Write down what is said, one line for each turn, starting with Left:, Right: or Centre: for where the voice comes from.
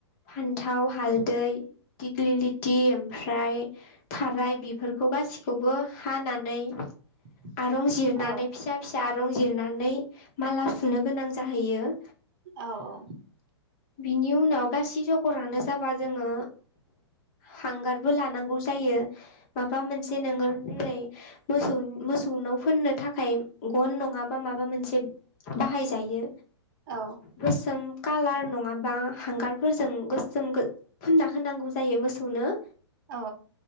Left: फान्थाव हालदै दिग्लिलिटि ओमफ्राय थाराय बेफोरखौ गासिखौबो हानानै
Right: <inaudible>
Left: आरं जिरनानै
Right: औ
Left: फिसा फिसा आरं जिरनानै माला सुनो गोनां जाहैयो।
Right: औ औ।
Left: बिनि उनाव गासै जगरानो जाबा जोङो हांगारबो लानांगौ जायो। माबा मोनसे नोङो जेरै मोसौनि मोसौ नाव फोननो थाखाय गन नंङाबा माबा मोनसे बाहायजायो।
Right: औ।
Left: गोसोम कालार नंङाबा हांगारफोरजों गोसोम फुनना होनांगौ जायो मो सौनो।
Right: अ।